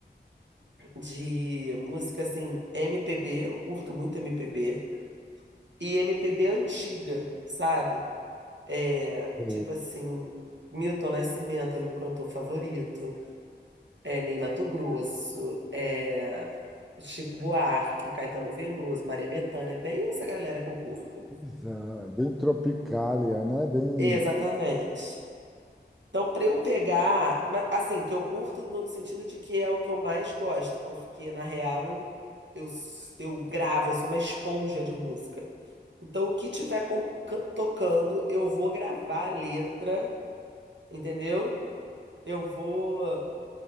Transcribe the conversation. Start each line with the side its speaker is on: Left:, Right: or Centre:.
Right: de música assim, MPB, eu curto muito MPB, e MPB antiga, sabe? É,
Centre: é,
Right: Tipo assim, Milton Nascimento é o meu cantor favorito. É, Ney Matogrosso, é, Chico Buarque, Caetano Veloso, Maria Bethânia, bem essa galera que eu curto.
Centre: pois é, bem tropicália, né? Bem,
Right: Exatamente. Então, para eu pegar, mas, assim, que eu curto no sentido de que é o que eu mais gosto, porque na real eu, eu, s- eu gravo, eu sou uma esponja de música. Então, o que tiver co- can- tocando, eu vou gravar a letra, entendeu? Eu vou